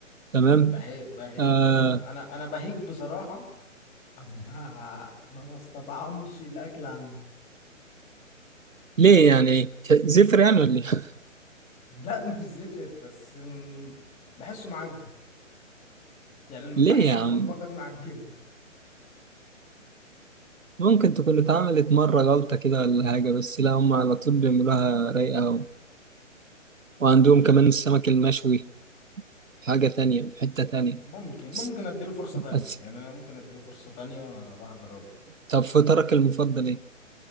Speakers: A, on the right; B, on the left.
A: تمام
B: بهيج, بهيج
A: آه
B: آه، انا انا بهيج بصراحه <laughs> ما ما بستطعمش الاكل عنده
A: ليه يعني ت- زفر يعني ولا ايه <laughs>
B: لا <laughs> مش زفر بس م- بحسه معجن يعني
A: ليه
B: بحس
A: يا
B: ان
A: عم
B: البكبكه دي معجنه
A: ممكن تكون اتعملت مرة غلطة كده ولا حاجة بس لا هم على طول بيعملوها رايقة و... وعندهم كمان السمك المشوي حاجة تانية في حتة تانية
B: ممكن
A: بس...
B: ممكن اديله فرصه
A: بس...
B: تانية يعني انا ممكن اديله فرصه تانية اروح اجربه
A: طب فطرك المفضل ايه؟